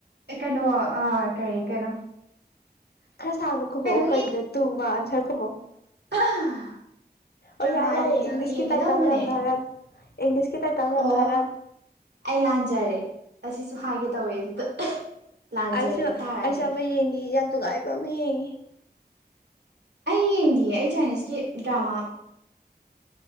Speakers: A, on the right; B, on the left.
A: ꯑꯦ ꯀꯩꯅꯣ ꯑ ꯀꯩ ꯀꯩꯅꯣ
B: ꯈꯔ ꯁꯥꯡꯅ ꯈꯨꯝꯃꯛꯎ
A: ꯀꯩꯅꯣ
B: ꯀꯔꯤꯅꯣ ꯇꯨ ꯃꯥ ꯑꯟꯁꯔ ꯈꯨꯝꯃꯛꯛꯑꯣ
A: ꯑꯥ ꯗ꯭ꯔꯃꯥ
B: ꯑꯣ ꯌꯥꯔꯦ ꯌꯥꯔꯦ
A: ꯌꯦꯡꯉ
B: ꯏꯪꯂꯤꯁꯀꯤ
A: ꯌꯦꯡꯒꯦ
B: ꯇꯥꯏꯇꯜ
A: ꯇꯧꯕꯅꯦ
B: ꯃꯌꯥꯝꯗꯣ ꯍꯥꯏꯔꯛꯑꯅꯨ ꯏꯪꯂꯤꯁꯀꯤ ꯇꯥꯏꯇꯜ ꯃꯌꯥꯝꯗꯣ
A: ꯑꯣ
B: ꯍꯥꯏꯔꯛꯑꯅꯨ
A: ꯑꯩ ꯂꯥꯟꯖꯔꯦ ꯑꯁꯤꯁꯨ ꯍꯥꯏꯒꯦ ꯇꯧꯋꯦ ꯑꯗꯨꯗ ꯂꯥꯟꯖꯔꯦꯗ
B: ꯑꯩꯁꯨ
A: ꯇꯥꯔꯛꯑꯒꯦ
B: ꯑꯩꯁꯨ ꯑꯃ ꯌꯦꯡꯉꯤ ꯌꯥꯝ ꯅꯨꯡꯉꯥꯏꯕ ꯑꯃ ꯌꯦꯡꯉꯤ
A: ꯑꯩ ꯌꯦꯡꯗꯤꯌꯦ ꯑꯩ ꯆꯥꯏꯅꯤꯁꯀꯤ ꯗ꯭ꯔꯃꯥ